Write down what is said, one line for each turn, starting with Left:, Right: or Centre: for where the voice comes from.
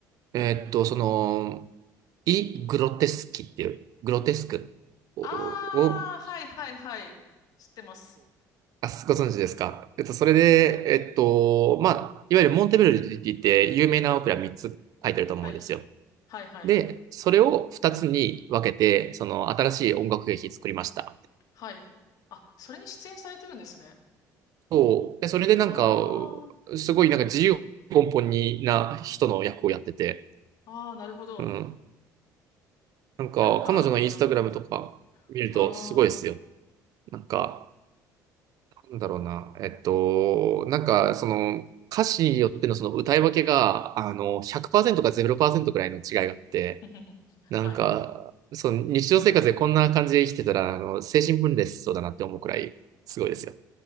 Right: ーえーっと、その、イ・グロテスキっていう、グロテスクを、
Left: ああー、
Right: を
Left: はいはいはい。知ってます。
Right: あ、ご存知ですか。えっと、それで、えっと、まあ、いわゆるモンテベルディって有名なオペラ3つ書いてると思うんですよ。
Left: はい。はいはい。
Right: で、それを2つに分けて、その新しい音楽劇作りました。
Left: はい。あ、それに出演されてるんですね。
Right: そう。で、それでなんか、
Left: あ
Right: すごいなんか自由奔放な人の役をやってて、
Left: あ、ああ、なるほど。
Right: うん。なんか、
Left: なんか、
Right: 彼女のインスタグラムとか見るとすごいですよ。
Left: やばいですね。あ
Right: なんか、なんだろうな。えっと、なんか、その、歌詞によってのその歌い分けが、あの、100%か0%くらいの違いがあって、
Left: あ、<laughs>
Right: なんか、
Left: はい。
Right: その日常生活でこんな感じで生きてたら、あの、精神分裂しそうだなって思うくらい、すごいですよ。